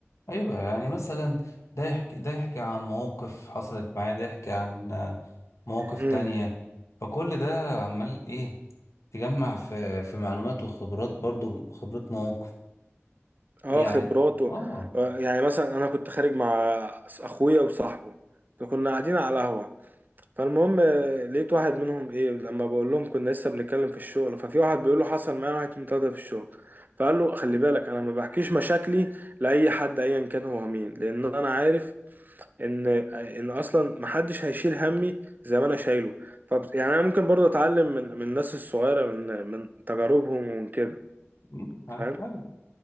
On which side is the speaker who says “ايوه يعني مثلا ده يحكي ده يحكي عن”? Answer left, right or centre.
Left